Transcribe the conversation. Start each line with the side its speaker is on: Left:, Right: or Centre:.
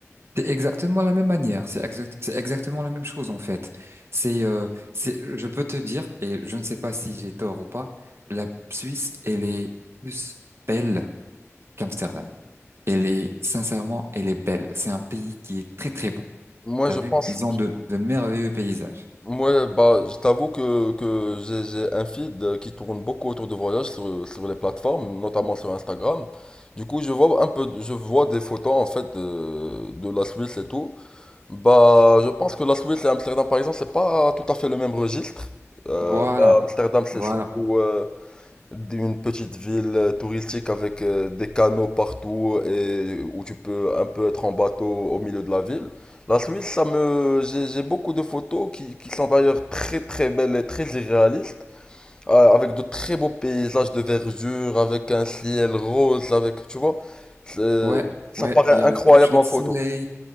Right: C'est exactement la même manière, c'est exact, c'est exactement la même chose en fait. C'est, euh, c'est, je peux te dire, et je ne sais pas si j'ai tort ou pas, la Suisse, elle est plus belle qu'Amsterdam. Elle est, sincèrement, elle est belle. C'est un pays qui est très très beau.
Left: Moi,
Right: T'as
Left: je
Right: vu?
Left: pense.
Right: Ils ont de, de merveilleux paysages.
Left: Ouais, bah, je t'avoue que, que j'ai j'ai un feed euh, qui tourne beaucoup autour de voyages sur, sur les plateformes, notamment sur Instagram. Du coup, je vois un peu, de- je vois des photos en fait de, de la Suisse et tout. Bah, je pense que la Suisse et Amsterdam, par exemple, c'est pas tout à fait le même registre. Euh,
Right: Voilà,
Left: bah, Amsterdam, c'est
Right: voilà.
Left: surtout, euh, une petite ville euh, touristique avec euh, des canaux partout et où tu peux un peu être en bateau au milieu de la ville. La Suisse, ça me, j'ai j'ai beaucoup de photos qui, qui sont d'ailleurs très très belles et très irréalistes, euh, avec de très beaux paysages de verdure, avec un ciel rose, avec, tu vois, c'est-
Right: Ouais,
Left: ça
Right: ouais,
Left: paraît
Right: il y
Left: incroyable
Right: a le coucher
Left: en
Right: de soleil.
Left: photo.